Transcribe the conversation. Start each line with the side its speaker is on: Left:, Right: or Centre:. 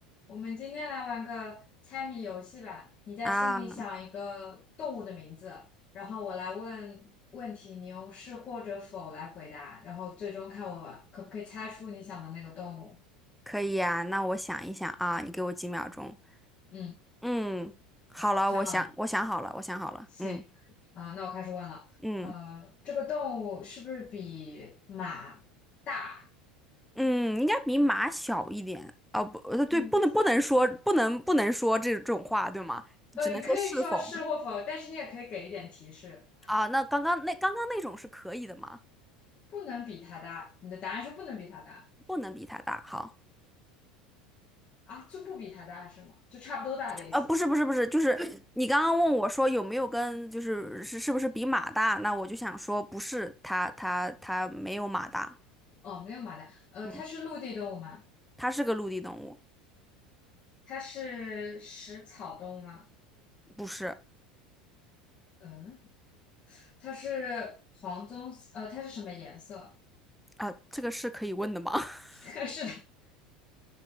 Left: 我们今天来玩个猜谜游戏吧。你在心里想一个动物的名字，
Centre: 啊，
Left: 然后我来问问题，你用是或者否来回答，然后最终看我可不可以猜出你想的那个动物。
Centre: 可以呀，那我想一想啊，你给我几秒钟。
Left: 嗯，
Centre: 嗯，好了，
Left: 想好了，
Centre: 我想，我想好了，我想好了。
Left: 行。
Centre: 嗯
Left: 啊，那我开始问了。
Centre: 嗯
Left: 呃，这个动物是不是比马大？
Centre: 嗯，应该比马小一点。哦，不，呃对，
Left: 比马小？
Centre: 不能不能说，不能不能说这这种话，对吗？
Left: 呃，
Centre: 只能说是否
Left: 你可以说是或否，但是你也可以给一点提示，
Centre: 啊？那刚刚那刚刚那种是可以的吗？
Left: 不能比它大。你的答案是不能比它大。
Centre: 不能比它大。好，
Left: 啊，就不比它大是吗？就差不多大的意思。
Centre: 呃，不是不是不是，就是你刚刚问我说有没有跟，就是是是不是比马大？那我就想说不是，它它它没有马大。
Left: 哦，没有马达，呃，
Centre: 嗯，
Left: 它是陆地动物吗？
Centre: 它是个陆地动物。
Left: 它是食草动物吗？
Centre: 不是
Left: 嗯，它是黄棕，呃，它是什么颜色？
Centre: 啊，这个是可以问的吗？<laughs>
Left: <laughs> 是的，